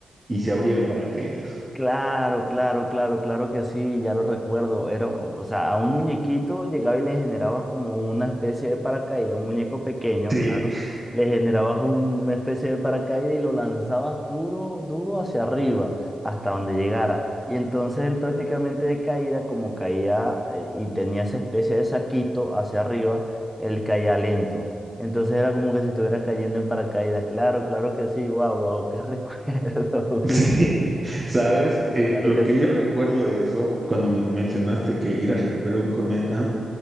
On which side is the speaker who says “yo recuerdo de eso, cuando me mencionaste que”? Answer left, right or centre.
Right